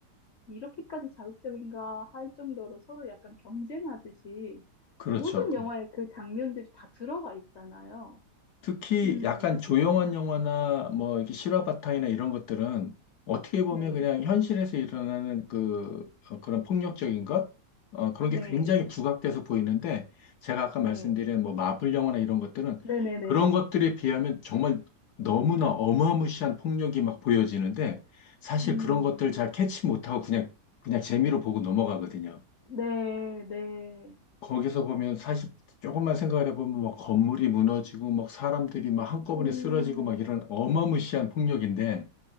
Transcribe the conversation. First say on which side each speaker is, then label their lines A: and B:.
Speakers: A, on the left (about 50°); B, on the left (about 70°).
A: 이렇게까지 자극적인가 할 정도로 서로 약간 경쟁하듯이
B: 그렇죠.
A: 모든
B: 그렇죠.
A: 영화에 그 장면들이 다 들어가 있잖아요.
B: 특히
A: 음,
B: 약간 조용한 영화나 뭐 이렇게 실화 바탕이나 이런 것들은 어떻게 보면
A: 네,
B: 그냥 현실에서 일어나는 그 어, 그런 폭력적인 것 어, 그런
A: 네,
B: 게 굉장히 부각돼서 보이는데 제가 아까
A: 네,
B: 말씀드린 뭐 마블 영화나 이런 것들은
A: 네네네네.
B: 그런 것들에 비하면 정말 너무나 어마무시한 폭력이 막 보여지는데 사실
A: 음,
B: 그런 것들 잘 캐치 못하고 그냥 그냥 재미로 보고 넘어가거든요.
A: 네, 네,
B: 거기서 보면 사실 조금만 생각을 해보면 막 건물이 무너지고 막 사람들이 막 한꺼번에
A: 음,
B: 쓰러지고 막 이런 어마무시한 폭력인데